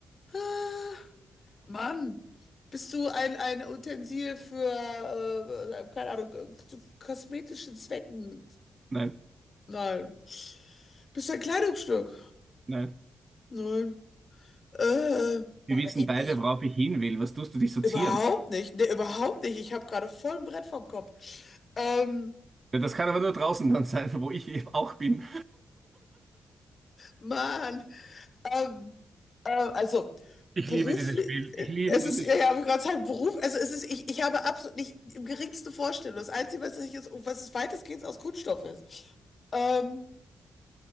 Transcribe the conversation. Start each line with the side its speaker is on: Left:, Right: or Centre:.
Left: Ah. Mann, bist du ein, ein Utensil für, äh, keine Ahnung, äh, zu kosmetischen Zwecken?
Right: Nein,
Left: Nein. Bist du ein Kleidungsstück?
Right: nein.
Left: Nein. Äh, boah,
Right: Wir wissen
Left: ich,
Right: beide,
Left: ich,
Right: worauf ich hin will. Was tust du dich sozieren?
Left: überhaupt nicht. Nee, überhaupt nicht. Ich habe gerade voll ein Brett vom Kopf. Ähm,
Right: Das kann aber nur draußen dann sein, wo ich auch bin.
Left: Mann. Ähm, äh, also
Right: Ich
Left: beruflich,
Right: liebe dieses Spiel.
Left: äh,
Right: Ich liebe
Left: es
Right: dieses
Left: ist, ja,
Right: Spiel.
Left: ja, habe ich gerade gesagt, Beruf, also es ist, ich, ich habe absolut nicht die geringste Vorstellung. Das Einzige, was ich jetzt, was es weitestgehend aus Kunststoff ist. Ähm,